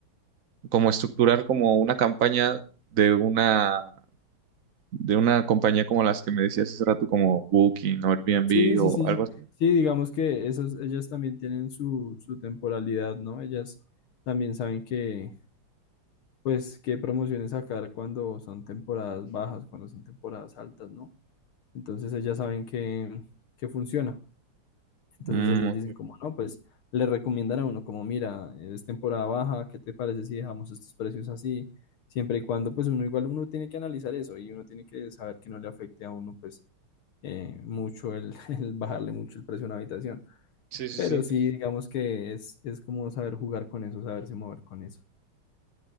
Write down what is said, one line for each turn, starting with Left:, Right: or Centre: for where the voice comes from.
Right: Como estructurar como una campaña de una... De una compañía como las que me decías hace rato, como Booking o Airbnb
Left: Sí,
Right: Sí,
Left: sí,
Right: o
Left: sí.
Right: algo así.
Left: Sí, digamos que esas, ellas también tienen su, su temporalidad, ¿no? Ellas también saben que, pues, qué promociones sacar cuando son temporadas bajas, cuando son temporadas altas, ¿no? Entonces ellas saben que, que funciona. Entonces
Right: Mm,
Left: ellos
Right: ok.
Left: dicen como, no, pues le recomiendan a uno como, mira, es temporada baja, ¿qué te parece si dejamos estos precios así? Siempre y cuando, pues uno igual uno tiene que analizar eso y uno tiene que saber que no le afecte a uno, pues, eh, mucho el, <laughs> el bajarle mucho el precio a una habitación.
Right: Sí, sí,
Left: Pero
Right: sí,
Left: sí, digamos que es, es como saber jugar con eso, saberse mover con eso.